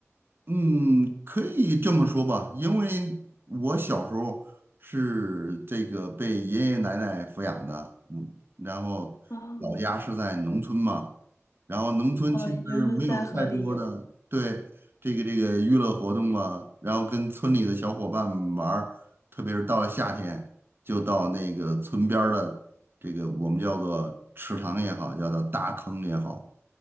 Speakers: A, on the right; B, on the left.
A: 嗯，可以这么说吧，因为我小时候是这个被爷爷奶奶抚养的，嗯，然后老家是在农村嘛，
B: 哦，
A: 然后农村其实没有太多的对这个这个娱乐活动啊，
B: 哦，你就是在河里游。<laughs>
A: 然后跟村里的小伙伴们玩儿特别是到了夏天，就到那个村边儿的这个我们叫做池塘也好，叫做大坑也好，